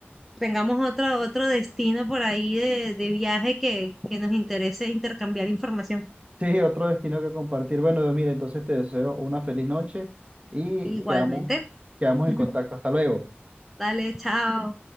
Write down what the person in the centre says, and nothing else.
tengamos otro, otro destino por ahí de, de viaje que, que nos interese intercambiar información.
Igualmente.
<laughs>
Dale, chao.